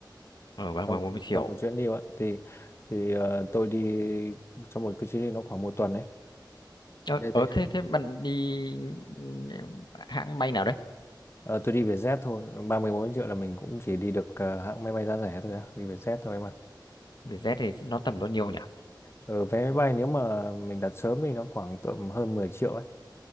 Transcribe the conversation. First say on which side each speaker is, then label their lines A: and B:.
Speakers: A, on the left (about 65°); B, on the left (about 30°).
A: Ờ 30
B: trong
A: 40 triệu.
B: trong một chuyến đi ạ thì thì ờ, tôi đi trong một cái chuyến đi nó khoảng một tuần đấy
A: Ờ,
B: Thế
A: ờ
B: thứ nhất
A: thế
B: này.
A: thế bạn đi ừ, hãng bay nào đấy?
B: Ờ, tôi đi Vietjet thôi 30 40 triệu là mình cũng chỉ đi được ờ, hãng máy bay giá rẻ thôi á đi Vietjet thôi mà
A: Vietjet thì nó tầm bao nhiêu nhỉ?
B: Ờ, vé máy bay nếu mà mình đặt sớm thì nó khoảng tầm hơn mười triệu ấy